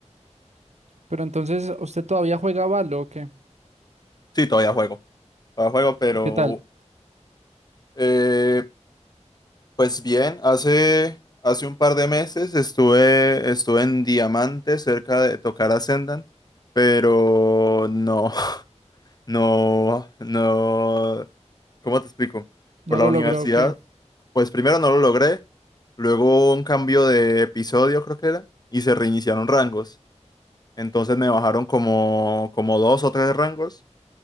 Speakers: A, on the right; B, on the left.
A: Pero entonces, ¿usted todavía juega Valo o qué?
B: Sí, todavía juego. Todavía juego, pero
A: ¿Y qué tal?
B: Eh, pues bien, hace, hace un par de meses estuve, estuve en Diamante cerca de tocar Ascendant, pero no, <laughs> no, no, ¿cómo te explico?
A: ¿No
B: Por la
A: lo
B: universidad,
A: logró o qué?
B: pues primero no lo logré, luego un cambio de episodio creo que era, y se reiniciaron rangos. Entonces me bajaron como, como dos o tres rangos